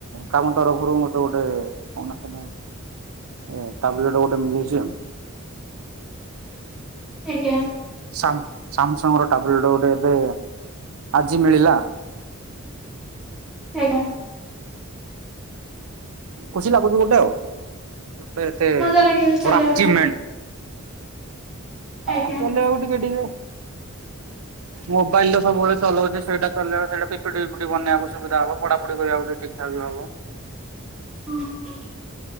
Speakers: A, on the right; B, in the centre.
A: କାମ ତରଫରୁ ମୋତେ ଗୋଟେ। <unintelligible> ଏ ଟାବ୍ଲେଟ ଗୋଟେ ମିଳିଛି ଆଉ।
B: ଆଜ୍ଞା।
A: ସାମ୍ ସାମସଙ୍ଗ ର ଟାବଲେଟ ଗୋଟେ ଏବେ ଆଜି ମିଳିଲା।
B: ଅଜ୍ଞା।
A: ଖୁସି ଲାଗୁଛି ଗୋଟେ ଆଉ, ଗୋଟେ ଏତେ
B: ମଜା ଲାଗିବ ଚଲେଇବା
A: ବଡ଼ ଆଚିବମେଣ୍ଟ।
B: ପାଇଁ
A: ହଁ
B: ଆଜ୍ଞା
A: ଚଲେ ଆଉ ଟିକେ ଟିକେ। ମୋବାଇଲ ତ ସବୁବେଳେ ଚଲଉଚି ସେଟା ଚଲେଇ ସେଇଟା ପିପିଡି ପିପିଡି ବନାଇବାକୁ ସୁବିଧା ହବ। ପଢାଢଡିି କରିବାକୁ ଟିକେ ଠାକ୍ ବି ହବ।
B: ଓ ହୋ